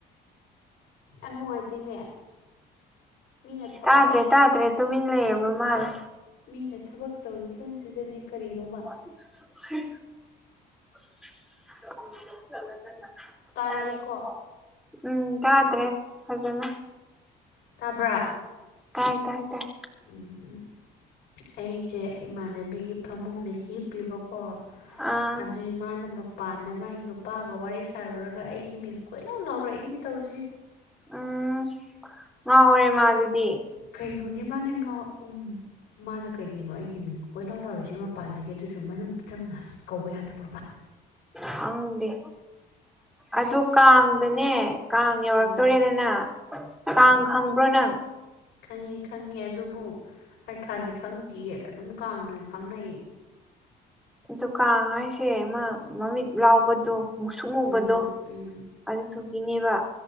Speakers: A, on the left (about 85°); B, in the centre.
A: ꯌꯥꯝ ꯅꯨꯡꯉꯥꯏꯇꯦꯃꯦ ꯃꯤꯅ ꯊꯕꯛ
B: ꯇꯥꯗ꯭ꯔꯦ ꯇꯥꯗ꯭ꯔꯦ ꯇꯨꯃꯤꯟ ꯂꯩꯔꯕ ꯃꯥꯜꯂꯦ
A: ꯃꯤꯅ ꯊꯕꯛ ꯇꯧꯔꯤ ꯀꯥꯟꯁꯤꯗꯅꯦ ꯀꯔꯤꯅꯣꯕ
B: <inaudible> <inaudible>
A: ꯇꯥꯔꯛꯑꯦꯀꯣ
B: ꯎꯝ ꯇꯥꯗ꯭ꯔꯦ꯫ ꯐꯖꯅ꯫
A: ꯇꯥꯕ꯭ꯔꯥ
B: ꯇꯥꯏ ꯇꯥꯏ ꯇꯥꯏ
A: ꯎꯝ ꯎꯝ ꯑꯩꯁꯦ ꯏꯃꯥꯟꯅꯕꯤꯒꯤ ꯐꯃꯨꯡꯗ ꯍꯤꯞꯄꯤꯕꯀꯣ꯫
B: ꯑꯥ
A: ꯑꯗꯨꯏ ꯃꯥꯅ ꯃꯄꯥꯟꯗ ꯃꯥꯏ ꯅꯨꯄꯥꯒ ꯋꯥꯔꯤ ꯁꯥꯔꯨꯔꯒ ꯑꯩꯒꯤ ꯃꯤꯡ ꯀꯣꯏꯂꯥꯎ ꯂꯥꯎꯔꯛꯏꯅꯤ꯫ ꯇꯧꯔꯤꯁꯤ꯫
B: ꯎꯝ ꯉꯥꯎꯔꯦ ꯃꯥ ꯑꯗꯨꯗꯤ꯫
A: ꯀꯩꯅꯣꯅꯦ ꯃꯥꯅꯦ ꯉꯥꯎ ꯎꯝ ꯃꯥꯅ ꯀꯩꯒꯤꯅꯣ ꯑꯩꯒꯤ ꯃꯤꯡ ꯀꯣꯏ ꯂꯥꯎ ꯂꯥꯎꯔꯤꯁꯦ ꯃꯄꯥꯟꯗꯒꯤ ꯑꯗꯨꯁꯨ ꯃꯅꯨꯡ ꯆꯪꯅ ꯀꯧꯕ ꯌꯥꯗꯕ꯭ꯔꯣꯕ꯫
B: ꯈꯪꯗꯦ ꯑꯗꯨ ꯀꯥꯡꯗꯅꯦ ꯀꯥꯡ ꯌꯧꯔꯛꯇꯣꯔꯦꯗꯅ
A: ꯎꯝ
B: ꯀꯥꯡ ꯈꯪꯕ꯭ꯔꯣ ꯅꯪ꯫
A: ꯈꯪꯉꯦ-ꯈꯪꯉꯦ ꯑꯗꯨꯕꯨ ꯑꯔꯊꯥꯗꯤ ꯈꯪꯗꯦꯌꯦ ꯑꯗꯨꯝ ꯀꯥꯡꯅ ꯈꯪꯅꯩꯌꯦ꯫
B: ꯑꯗꯨ ꯀꯥꯡ ꯍꯥꯏꯁꯦ ꯑꯃ ꯃꯃꯤꯠ ꯂꯥꯎꯕꯗꯣ ꯃꯨꯛꯁꯨꯛꯉꯨꯕꯗꯣ
A: ꯎꯝ ꯎꯝ
B: ꯑꯗꯨ ꯊꯨꯒꯤꯅꯦꯕ